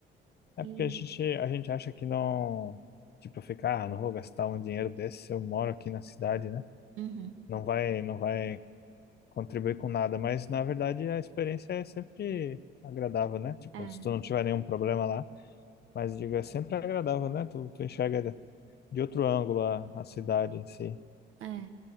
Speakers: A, on the left (about 55°); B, on the right (about 85°).
A: É
B: e.
A: porque a gente, a gente acha que não, tipo, ficar, ah, não vou gastar um dinheiro desse se eu moro aqui na cidade, né?
B: Uhum.
A: Não vai, não vai contribuir com nada, mas na verdade a experiência é sempre agradável, né? Tipo,
B: É,
A: se tu não tiver nenhum problema lá, mas digo, é sempre agradável, né? Tu, tu enxerga de de outro ângulo a, a cidade em si.
B: é.